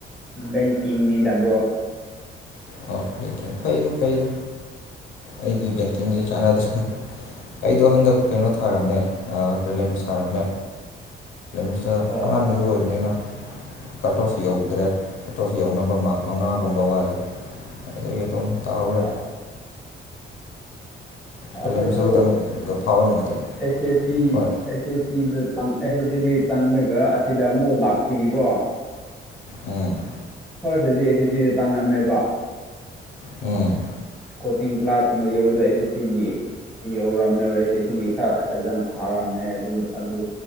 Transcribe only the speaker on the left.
ꯑꯣ ꯕꯦꯡꯀꯤꯡ ꯐꯩ ꯑꯗꯣ ꯐꯩꯗꯣ ꯑꯩꯗꯤ ꯕꯦꯡꯀꯤꯡꯖꯦ ꯆꯥꯟꯅꯗ꯭ꯔꯦ ꯑꯩꯗꯣ ꯍꯟꯗꯛ ꯀꯩꯅꯣ ꯊꯥꯔꯝꯃꯦ ꯑꯥ ꯄ꯭ꯔꯤꯂꯤꯝꯁ ꯊꯥꯔꯝꯃꯦ <unintelligible> ꯁꯥ
ꯑꯍꯥꯟꯕꯩꯁꯨ ꯑꯣꯏꯕꯅꯤꯅ ꯀꯠ ꯑꯣꯐ ꯌꯧꯗ꯭ꯔꯦ ꯀꯠ ꯑꯣꯐ ꯌꯧꯅꯕ ꯃꯥꯔꯛ ꯃꯉꯥꯒꯨꯝꯕ ꯋꯥꯠꯂꯦ ꯑꯗꯨꯒꯤ ꯑꯗꯨꯝ ꯇꯥꯍꯧꯔꯦ
ꯄ꯭ꯔꯤꯂꯤꯝꯁꯁꯨ
ꯈꯤꯇꯪꯒ ꯐꯥꯎꯔꯝꯃꯗꯤ
ꯍꯣꯏ
ꯎꯝ
ꯎꯝ